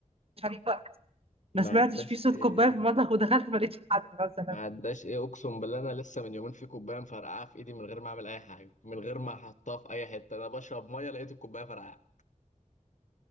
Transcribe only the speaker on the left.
ما
عداش
آه،
ما عداش ايه اقسم بالله انا لسه من يومين في كوبايه مفرقعه في ايدي من غير ما اعمل اي حاجه من غير ما احطها في اي حته انا بشرب ميه لقيت الكوبايه فرقعه